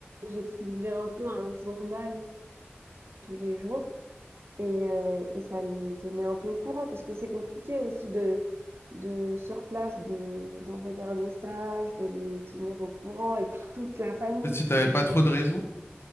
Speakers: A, on the right; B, on the left.
A: j'écrivais un peu un journal tous les jours et, euh, et ça les tenait un peu au courant parce que c'est compliqué aussi de de sur place de d'envoyer un message, de les tenir au courant et puis toute la famille.
B: Parce que si t'avais pas trop de réseau.